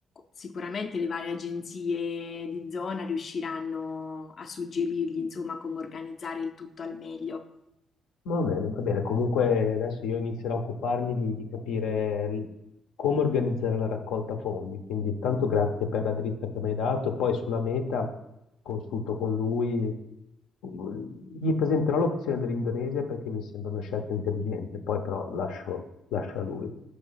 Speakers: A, on the left; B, on the left.
A: sicuramente le varie agenzie di zona riusciranno a suggerirgli insomma come organizzare il tutto al meglio.
B: Va bene, va bene. Comunque adesso io inizierò a occuparmi di, di capire l- come organizzare la raccolta fondi. Quindi tanto grazie per la dritta che mi hai dato. Poi sulla meta consulto con lui. Gli presenterò l'opzione dell'Indonesia perché mi sembra una scelta intelligente. Poi però lascio, lascio a lui.